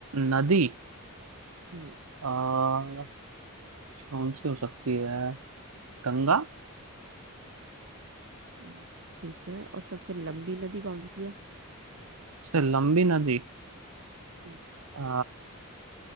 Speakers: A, on the right; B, on the right.
A: नदी
B: हम्म
A: अ, कौन सी हो सकती है गंगा
B: हम्म, ठीक है और सबसे लंबी नदी कौन सी है
A: से लंबी नदी
B: हम्म,
A: अ,